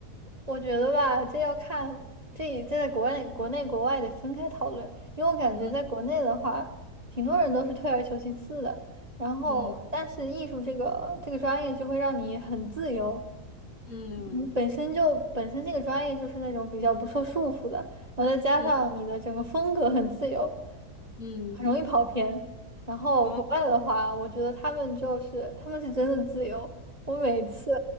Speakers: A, on the right (about 30°); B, on the left (about 65°).
A: 我觉得吧，这要看这这在国外、国内、国外得分开讨论，因为我感觉在国内的话，
B: 嗯
A: 挺多人都是退而求其次的。然后，
B: 嗯
A: 但是艺术这个这个专业就会让你很自由，
B: 嗯
A: 你本身就本身这个专业就是那种比较不受束缚的，然后再加上你的整个风格很自由，
B: 嗯嗯，
A: 很容易跑偏。然后国外的话，
B: 好，
A: 我觉得他们就是他们是真的自由。我每次